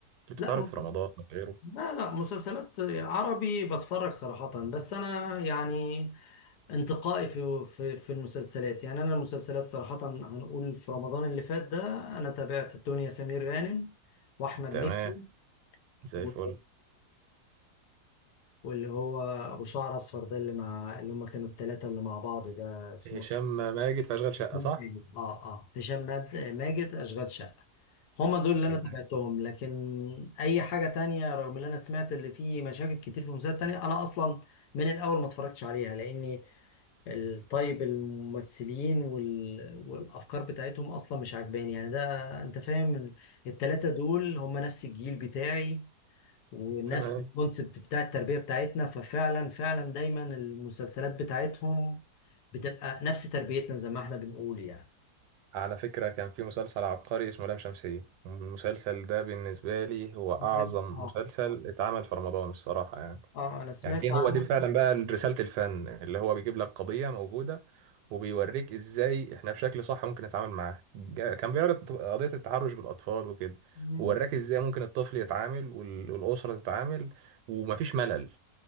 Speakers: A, on the right; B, on the left.
A: اللي
B: لا
A: بتتعرض
B: مسلس-
A: في رمضان أو غيره
B: لا لا مسلسلات عربي بتفرج صراحه بس انا يعني انتقائي في في في المسلسلات يعني انا المسلسلات صراحة هنقول في رمضان اللي فات ده انا تابعت الدنيا سمير غانم واحمد
A: تمام
B: مكي
A: زي
B: و...
A: الفل
B: واللي هو ابو شعر اصفر ده اللي مع اللي هم كانوا الثلاثة اللي مع بعض ده اسمه
A: هشام ماجد في اشغال
B: هشام
A: شقه صح
B: ماجد. اه اه هشام ماد- ماجد اشغال شقة هما دول اللي
A: تمام
B: انا تابعتهم لكن اي حاجة تانية رغم اللي انا سمعت اللي فيه مشاكل كتير في مسلسلات تانية انا اصلا من الاول ما اتفرجتش عليها لاني ال- طيب الممثلين وال... والافكار بتاعتهم اصلا مش عجباني يعني ده انت فاهم ال- التلاتة دول هم نفس الجيل بتاعي ونفس
A: تمام
B: الكونسبت بتاع التربية بتاعتنا ففعلا فعلا دايما المسلسلات بتاعتهم بتبقى نفس تربيتنا زي ما احنا بنقول يعني
A: على فكرة كان في مسلسل عبقري اسمه لام شمسية المسلسل ده بالنسبة لي هو أعظم
B: مم. اه
A: مسلسل اتعمل في رمضان الصراحة يعني
B: اه انا سمعت
A: يعني ايه
B: عن
A: هو دي فعلا بقى رسالة الفن اللي هو بيجيب لك قضية موجودة وبيوريك ازاي احنا بشكل صح ممكن نتعامل معاها جا- كان بيعرض قضية التحرش بالاطفال وكده
B: مم.
A: ووراك ازاي ممكن الطفل يتعامل وال- والاسرة تتعامل ومفيش ملل